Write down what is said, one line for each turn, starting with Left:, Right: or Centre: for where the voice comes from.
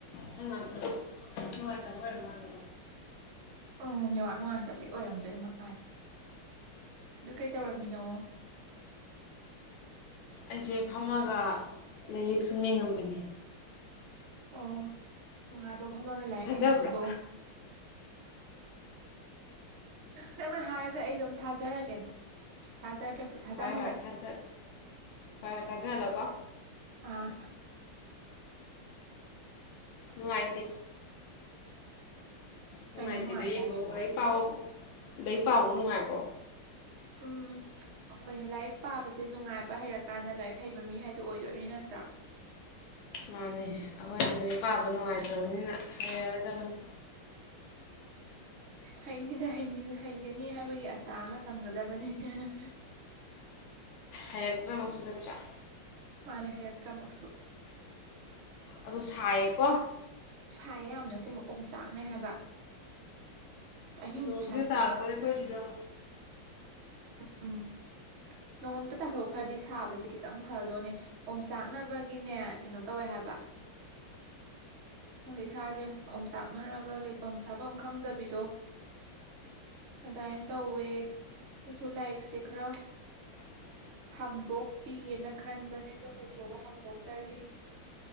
Left: ꯃꯅꯨꯡꯥꯏꯇꯔꯝꯕ
Right: ꯎꯝ ꯦꯋꯥꯠ ꯅꯨꯡꯉꯥꯏꯇꯕꯒꯤ ꯑꯣꯏꯔꯝꯗꯣꯏ ꯃꯥꯜꯂꯦ ꯑꯗꯨ ꯀꯩ ꯇꯧꯔꯝꯃꯤꯅꯣ
Left: ꯑꯩꯁꯦ ꯐꯝꯃꯒ ꯂꯥꯏꯔꯤꯛ ꯁꯨꯝ ꯅꯉꯝꯕꯅꯤ
Right: ꯑꯣ ꯅꯨꯡꯉꯥꯏꯕ꯭ꯔꯣ ꯐꯝꯃꯒ ꯂꯥꯏꯔꯤꯛ
Left: ꯊꯥꯖꯕ꯭ꯔꯥ
Right: ꯌꯦꯡꯕꯁꯤꯕꯣ ꯅꯪꯅ ꯍꯥꯏꯔꯕ꯭ꯔ ꯑꯩ ꯑꯗꯨꯝ ꯊꯥꯖꯔꯒꯦꯗ ꯊꯖꯥ ꯇ꯭ꯔ ꯊꯖꯥ
Left: ꯍꯣꯏ
Right: ꯍꯜ
Left: ꯍꯣꯏ
Right: ꯂꯒꯦ
Left: ꯊꯥꯖ ꯍꯣꯏ ꯍꯣꯏ ꯀꯖꯦꯂꯣ ꯀꯣꯂ
Right: ꯑꯥ
Left: ꯅꯨꯡꯉꯥꯏꯇꯦ ꯅꯨꯡꯉꯥꯏꯇꯦꯗ
Right: ꯀꯩꯅꯣ ꯅꯨꯡꯉꯥꯏꯇꯦ
Left: ꯌꯦꯡꯕꯕꯨ
Right: ꯍꯥꯏꯁꯤꯕꯣ
Left: ꯂꯥꯏꯔꯤꯛ ꯄꯥ ꯂꯥꯏꯔꯤꯛ ꯄꯥꯕ ꯅꯨꯡꯉꯥꯏꯕ꯭ꯔꯣ
Right: ꯎꯝ ꯑꯩꯈꯣꯏꯅꯦ ꯂꯥꯏꯔꯤꯛ ꯄꯥꯕꯁꯦ ꯅꯨꯡꯉꯥꯏꯕ ꯍꯩꯔꯀꯥꯟꯗ ꯂꯥꯏꯔꯤꯛ ꯍꯩꯕ ꯃꯤ ꯍꯥꯏꯗꯨꯣ ꯑꯣꯏꯗꯣꯏꯅꯤ ꯅꯠꯇ꯭ꯔꯥ
Left: ꯃꯥꯅꯤ ꯑꯩꯈꯣꯏꯗꯤ ꯂꯥꯏꯔꯤꯛ ꯄꯥꯕ ꯅꯨꯡꯉꯥꯏꯇ꯭ꯔꯕꯅꯤꯅ ꯍꯩꯔꯔꯣꯏꯗꯕꯅꯤ
Right: ꯍꯩꯅꯤꯗ ꯍꯩꯅꯤꯗ ꯍꯩꯒꯅꯤ ꯍꯥꯏꯕꯒꯤ ꯑꯁꯥ ꯑꯃ ꯊꯝꯒꯗꯕꯅꯤ ꯍ
Left: ꯍꯩꯔꯛꯇ꯭ꯔꯃꯛꯁꯨ ꯅꯠꯇ꯭ꯔꯥ
Right: ꯃꯥꯅꯦ ꯍꯥꯏꯌꯛꯇ꯭ꯔ ꯃꯛꯁꯨ
Left: ꯑꯗꯨ ꯁꯥꯏꯌꯦꯀꯣ
Right: ꯁꯥꯏꯦ ꯌꯥꯝꯅ ꯁꯤꯦ ꯃꯀꯝꯆꯥꯛꯅꯦ ꯍꯥꯏꯕ ꯑꯍꯤꯡꯁꯨ
Left: ꯅꯣꯡꯗꯤꯦ
Right: ꯁꯥꯏ
Left: ꯇꯥꯔꯛꯇꯣꯔꯦ ꯑꯩꯈꯣꯏ ꯁꯤꯗꯨ
Right: ꯑ ꯅꯣꯡꯉꯣꯝꯇ ꯇꯥꯊꯣꯛꯈ꯭ꯔꯗꯤ ꯁꯥꯕꯁꯤ ꯈꯤꯇꯪ ꯐꯗꯣꯏꯅꯦ ꯑꯣꯝ ꯆꯥꯛꯅꯕꯒꯤꯅꯦ ꯀꯩꯅꯣ ꯇꯧꯋꯦ ꯍꯥꯏꯕ ꯈꯪꯗꯦ ꯏꯁꯥꯁꯦ ꯑꯃ ꯑꯃꯝ ꯆꯥꯛꯅꯔꯒ ꯂꯩꯐꯝ ꯆꯥꯐꯝ ꯈꯪꯗꯕꯤꯗꯣ ꯑꯗꯨꯃꯥꯏꯅ ꯇꯧꯋꯦ ꯑꯩꯁꯨ ꯂꯥꯏꯔꯤꯛꯁꯦ ꯈꯔ
Left: ꯎ
Right: ꯍꯥꯡꯗꯣꯛꯄꯤꯒꯦꯅ ꯈꯟꯕꯅꯦ ꯑꯗꯣ ꯍꯧꯖꯤꯛꯐꯥꯎꯕ ꯍꯥꯡꯗꯣꯛꯇꯔꯤ